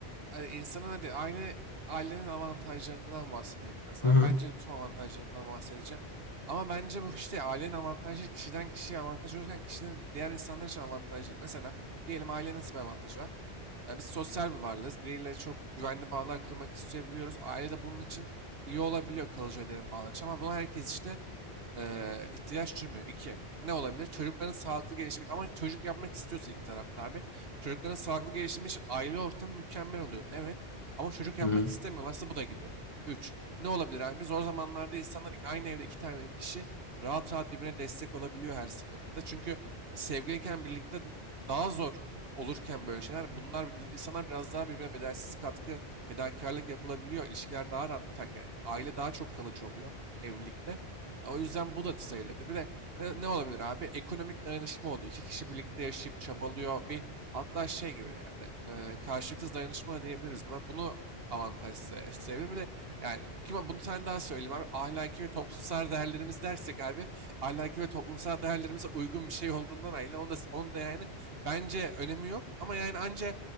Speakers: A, on the right; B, on the left.
A: Hani insanın hadi aile ailenin avantajlarından bahsedeyim biraz.
B: Hı
A: Abi.
B: hı.
A: Bence tüm avantajlarından bahsedeceğim. Ama bence bu işte ailenin avantajı kişiden kişiye avantaj olurken kişinin diğer insanlar için avantaj değil. Mesela diyelim ailenin nasıl bir avantajı var? Ya biz sosyal bir varlığız. Biriyle çok güvenli bağlar kurmak isteyebiliyoruz. Aile de bunun için iyi olabiliyor kalıcı öderim bağlar için. Ama bunu herkes işte eee, ihtiyaç duymuyor. İki, ne olabilir? Çocukların sağlıklı gelişimi için- ama çocuk yapmak istiyorsa iki tarafta abi. Çocukların sağlıklı gelişimi için aile ortamı mükemmel oluyor. Evet ama çocuk yapmak
B: Hı hı.
A: istemiyorlarsa bu da gidiyor. Üç, ne olabilir abi? Zor zamanlarda insanlar aynı evde iki tane kişi rahat rahat birbirine destek olabiliyor her sıkıntıda. Çünkü sevgiliyken birlikte daha zor olurken böyle şeyler bunlar bir- insanlar biraz daha birbirine bedelsiz katkı fedakarlık yapılabiliyor. İlişkiler daha rahat biterken aile daha çok kalıcı oluyor evlilikte. E, O yüzden bu da sayılabilir. Bir de ne, ne olabilir abi? Ekonomik dayanışma oluyor. İki kişi birlikte yaşayıp çabalıyor. Bir hatta şey gibi yani e, karşılıksız dayanışma diyebiliriz buna. Bunu avantaj say- sayabilir. Bir de yani kime bunu bir tane daha söyleyeyim abi. Ahlaki ve toplumsal değerlerimiz dersek abi ahlaki ve toplumsal değerlerimize uygun bir şey olduğundan ayrı. Onu da, onu da yani bence önemi yok ama yani anca